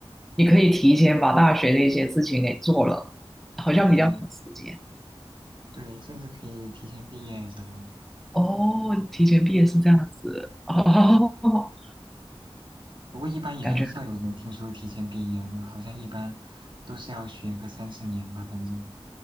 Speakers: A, in the centre; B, on the right (about 55°).
A: 你可以提前把大学的一些事情给做了，好像比较省时间。
B: 对，对，甚至可以提前毕业啥的。
A: 哦，提前毕业是这样子，哦，<laughs>
B: 不过一般也很少有人听说提前毕业的，
A: 感觉
B: 好像一般都是要学个三四年吧，反正。